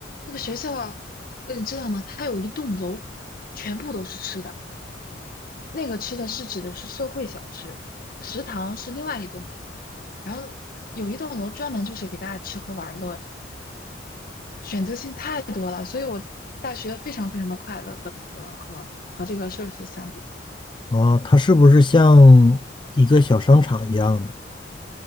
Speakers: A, on the left; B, on the left.
A: 那个学校，呃你知道吗？它有一栋楼，全部都是吃的。那个吃的是指的是社会小吃，食堂是另外一栋楼，然后有一栋楼专门就是给大家吃喝玩乐的，选择性太多了，所以我大学非常非常的快乐。本科和和这个硕士相比，
B: 哦，它是不是像一个小商场一样的？